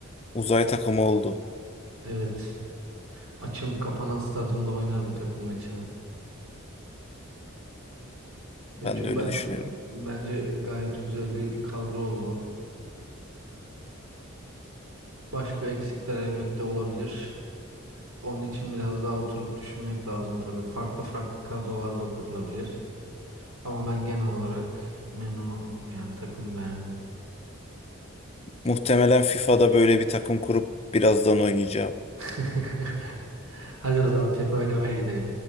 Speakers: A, on the left (about 30°); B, on the right (about 85°).
A: uzay takımı oldu.
B: evet açılıp kapanan stadyumda oynar bu takım maçını.
A: Ben
B: E, Çünkü
A: de öyle
B: ben,
A: düşünüyorum.
B: bence gayet güzel bir kadro oldu. Başka eksikler elbette olabilir. Onun için biraz daha oturup düşünmek lazım tabii. Farklı farklı kadrolar da kurulabilir. Ama ben genel olarak memnunum yani takımı beğendim.
A: Muhtemelen FIFA'da böyle bir takım kurup birazdan oynayacağım.
B: <laughs> Hadi o zaman FIFA oynamaya gidelim.